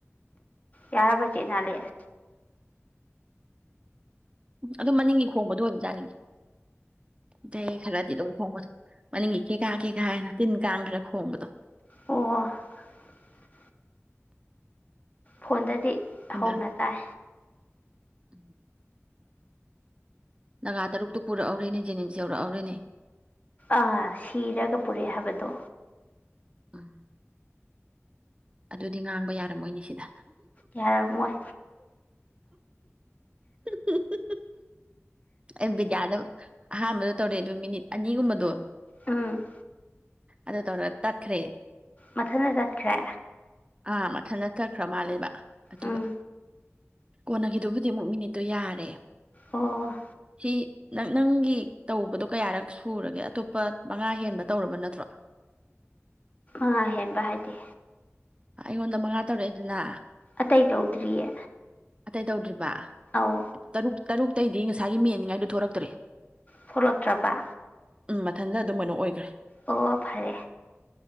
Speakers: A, on the left; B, on the right.
A: ꯌꯥꯔꯕ ꯆꯦ ꯑꯦꯅꯂꯤꯁ
B: ꯑꯗꯨꯝ ꯃꯅꯤꯡꯒꯤ ꯈꯣꯡꯕꯗꯣ ꯑꯣꯏꯕꯖꯥꯅꯤꯅꯦ ꯗꯦ ꯈꯔꯗꯤ ꯑꯗꯨꯝ ꯈꯣꯡꯕ ꯃꯅꯤꯡꯒꯤ ꯀꯦꯀꯥ ꯀꯦꯀꯥ ꯍꯥꯏꯅ ꯇꯤꯟ ꯀꯥꯡ ꯈꯔ ꯈꯣꯡꯕꯗꯣ
A: <unintelligible> ꯐꯣꯟꯗꯗꯤ
B: ꯍꯩꯃꯥ
A: ꯍꯧꯅ ꯇꯥꯏ
B: <unintelligible> ꯅꯒꯥ ꯇꯔꯨꯛꯇꯣ ꯄꯨꯔꯛꯍꯧꯔꯦꯅꯦ ꯖꯦꯅꯤꯝꯁ ꯌꯧꯔꯛꯍꯧꯔꯦꯅꯦ
A: ꯑ ꯁꯤꯔꯒ ꯄꯨꯔꯛꯑꯦ ꯍꯥꯏꯕꯗꯣ
B: ꯎꯝ ꯑꯗꯨꯗꯤ ꯉꯥꯡꯕ ꯌꯥꯔꯝꯃꯣꯏꯅꯤ ꯁꯤꯗ
A: ꯌꯥꯔ ꯃꯣꯏ
B: <unintelligible> ꯑꯩ ꯕꯤꯗ꯭ꯌꯥꯗ ꯑꯍꯥꯟꯕꯗ ꯇꯧꯔꯦ ꯑꯗꯨ ꯃꯤꯅꯤꯠ ꯑꯅꯤꯒꯨꯝꯕꯗꯣ
A: ꯎꯝ
B: ꯑꯗꯨ ꯇꯧꯔꯒ ꯇꯠꯈ꯭ꯔꯦ
A: ꯃꯊꯟꯇ ꯇꯠꯈ꯭ꯔꯦ
B: ꯑꯥ ꯃꯊꯟꯇ ꯆꯠꯈ꯭ꯔ ꯃꯥꯜꯂꯦꯕ ꯑꯗꯨꯒ
A: ꯎꯝ
B: ꯀꯣꯟꯅꯒꯤꯗꯨꯕꯨꯗꯤ ꯑꯃꯨꯛ ꯃꯤꯅꯤꯠꯇꯨ ꯌꯥꯔꯦ
A: ꯑꯣ
B: ꯁꯤ ꯅꯪ ꯅꯪꯒꯤ ꯇꯧꯕꯗꯣ ꯀꯌꯥꯔꯛ ꯁꯨꯔꯒꯦ ꯑꯇꯣꯞꯄ ꯃꯉꯥ ꯍꯦꯟꯕ ꯇꯧꯔꯕ ꯅꯠꯇ꯭ꯔꯣ
A: ꯃꯉꯥ ꯍꯦꯟꯕ ꯍꯥꯏꯗꯤ
B: ꯑꯩꯉꯣꯟꯗ ꯃꯉꯥ ꯇꯧꯔꯛꯑꯦꯗꯅ
A: ꯑꯇꯩ ꯇꯧꯗ꯭ꯔꯤꯌꯦ
B: ꯇꯧꯗ꯭ꯔꯤꯕ
A: ꯑꯧ
B: ꯕꯥ ꯇꯔꯨꯛ ꯇꯔꯨꯛ ꯑꯇꯩꯗꯤ ꯉꯁꯥꯏꯒꯤ ꯃꯦꯟꯅꯤꯡꯉꯥꯏꯗꯨ ꯊꯣꯛꯔꯛꯇ꯭ꯔꯦ
A: ꯊꯣꯂꯛꯇ꯭ꯔꯕ
B: ꯎꯝ ꯃꯊꯟꯇ ꯑꯗꯨꯝ ꯀꯩꯅꯣ ꯑꯣꯏꯈ꯭ꯔꯦ
A: ꯑꯣ ꯐꯔꯦ